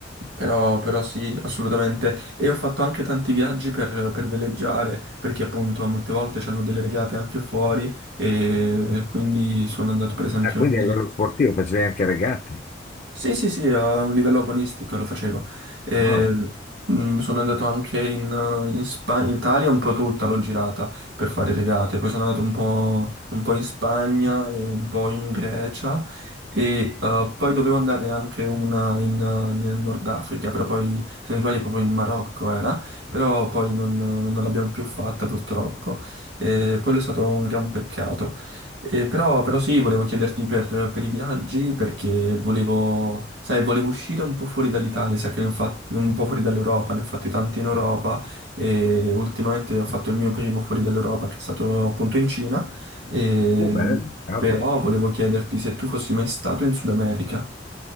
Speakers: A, on the right; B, on the left.
A: però, però sì, assolutamente. E ho fatto anche tanti viaggi per, per veleggiare, perché appunto molte volte c'hanno delle regate anche fuori, e quindi sono andato per esempio
B: Ah, quindi
A: in,
B: a livello sportivo facevi anche regate.
A: sì, sì, sì, a un livello agonistico lo facevo. E,
B: Wow,
A: mh, sono andato anche in, in Spa- in Italia un po' tutta, l'ho girata per fare
B: Mm.
A: regate. Poi sono andato un po', un po' in Spagna e un po' in Grecia e eh, poi dovevo andare anche una in, eh, nel Nord Africa, però poi, se non sbaglio, proprio in Marocco era, però poi non, non l'abbiamo più fatta purtroppo. E quello è stato un gran peccato. Eh, però, però sì, volevo chiederti per, per i viaggi perché volevo, sai, volevo uscire un po' fuori dall'Italia, sai che ne ho fatti un po' fuori dall'Europa, ne ho fatti tanti in Europa e ultimamente ho fatto il mio primo fuori dall'Europa che è stato appunto in Cina, e,
B: uh, bello, cavolo.
A: però volevo chiederti se tu fossi mai stato in Sud America.